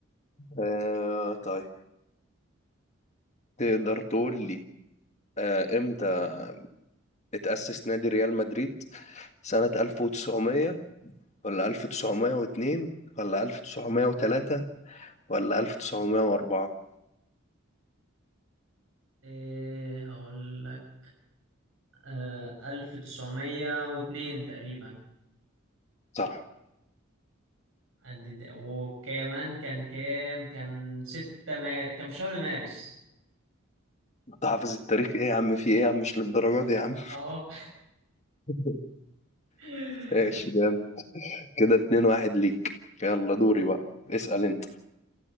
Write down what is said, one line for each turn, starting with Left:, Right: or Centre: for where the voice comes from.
Left: آه طيب تقدر تقول لي آه امتى اتأسس نادي ريال مدريد سنة 1900 ولا 1902 ولا 1903 ولا 1904
Right: ايه هقول لك آه، ألف تسعمية واتنين تقريبا
Left: صح
Right: قد ده. وكمان كان كام كان ستة مار... كان في شهر مارس
Left: انت حافظ التاريخ ايه يا عم في ايه يا عم مش للدرجة دي يا عم
Right: أهو
Left: <laughs>
Right: <laughs>
Left: ماشي ده انت كده اتنين واحد ليك يلا دوري بقى اسأل انت